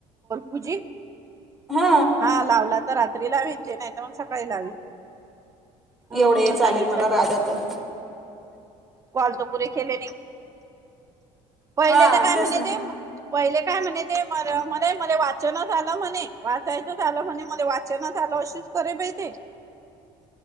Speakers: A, on the right; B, in the centre.
A: पुज्यित
B: हा
A: हा लावला. तर रात्री लावीन ते नाही तर मग सकाळी लावीन. ह
B: एवढं
A: तू
B: हे
A: न
B: चालेल
A: सांगितलं
B: मला राजा तर.
A: कॉलतपुरे केली नाही पहिले
B: हा
A: त काय
B: तेच
A: म्हणे
B: ना
A: ते मग पहिले काय म्हणे ते म्हणे मला वाचन आलं म्हणे वाचायचं झालं म्हणे मला वाचन आलं अच करे बाई ते